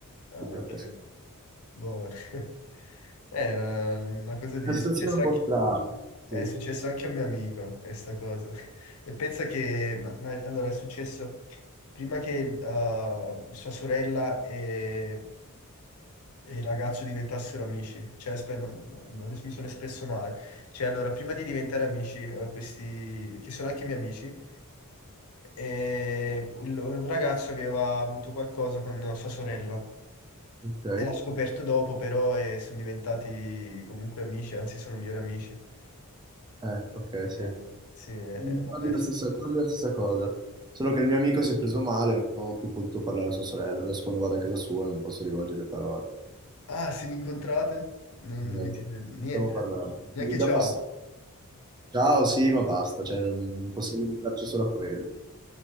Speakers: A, on the left; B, on the right.
A: Ah,
B: Continuato
A: ok.
B: ad essere...
A: Boh, <laughs> è una, una cosa di...
B: Una
A: È
B: situazione
A: successo
B: un po'
A: anche,
B: strana, sì.
A: è successo anche a un mio amico, questa cosa. <laughs> E pensa che... Ma, ma- allora, è successo prima che uh, sua sorella e, e il ragazzo diventassero amici. Cioè, aspetta, non- non- adesso mi sono espresso male. Cioè, allora, prima di diventare amici, eh, questi... che sono anche miei amici, eh, un un ragazzo aveva avuto qualcosa con sua sorella.
B: Ok,
A: Era scoperto dopo, però, e sono diventati comunque amici, anzi sono migliori amici.
B: eh, ok,
A: Eh,
B: sì.
A: sì, eh,
B: Mm, Quasi
A: vabbè.
B: la stessa, quasi la stessa cosa. Solo che il mio amico si è preso male, non ho più potuto parlare a sua sorella. Adesso quando vado a casa sua non posso rivolgere le parole.
A: Ah, se vi incontrate? Non,
B: Esatto.
A: non vi dite niente,
B: Stiamo parlando.
A: neanche
B: Mi dà
A: ciao.
B: fastidio. Ciao, sì, ma basta, cioè non possiamo limitarci solo a quello.